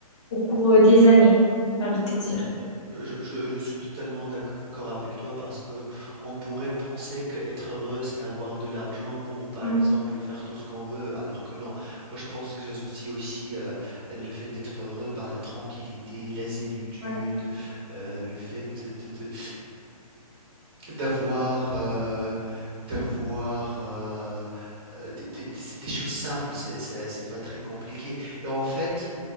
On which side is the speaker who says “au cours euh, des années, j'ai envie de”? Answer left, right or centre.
Left